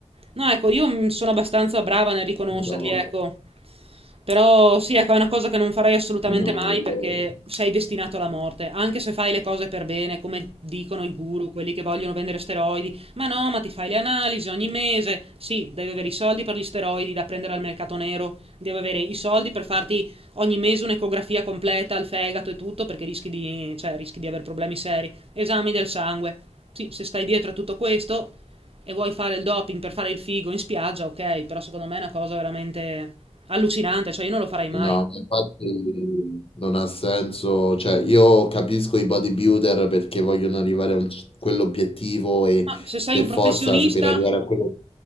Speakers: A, on the right; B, on the left.
A: No, ecco, io mm, sono abbastanza brava nel riconoscerli,
B: madonna,
A: ecco. Però sì, ecco, è una cosa che non farei assolutamente
B: no,
A: mai
B: io-
A: perché sei destinato alla morte, anche se fai le cose per bene, come dicono i guru, quelli che vogliono vendere steroidi. Ma no, ma ti fai le analisi ogni mese. Sì, devi avere i soldi per gli steroidi da prendere al mercato nero, devi avere i soldi per farti ogni mese un'ecografia completa al fegato e tutto perché rischi di, cioè, rischi di avere problemi seri. Esami del sangue. Sì, se stai dietro a tutto questo e vuoi fare il doping per fare il figo in spiaggia, ok, però secondo me è una cosa veramente... Allucinante, cioè io non lo farei mai.
B: no, ma infatti non ha senso, cioè io capisco i bodybuilder perché vogliono arrivare a un c- quell'obiettivo e
A: Ma se sei
B: per
A: un
B: forza
A: professionista
B: se per arrivare a quello